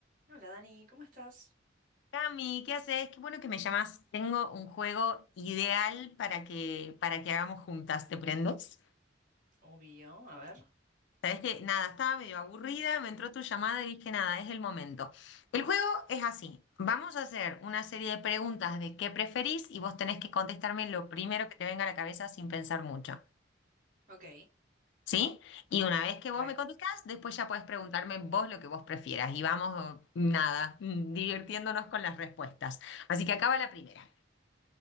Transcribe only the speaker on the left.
Cami, ¿qué haces? Qué bueno que me llamas. Tengo un juego ideal para que, para que hagamos juntas. ¿Te prendes?
Sabes que nada, estaba medio aburrida, me entró tu llamada y dije nada, es el momento. El juego es así. Vamos a hacer una serie de preguntas de qué preferís y vos tenés que contestarme lo primero que te venga a la cabeza sin pensar mucho.
¿Sí? Y una vez que vos
me contestás, después ya podés preguntarme vos lo que vos prefieras. Y vamos, nada, <laughs> divirtiéndonos con las respuestas. Así que acaba la primera.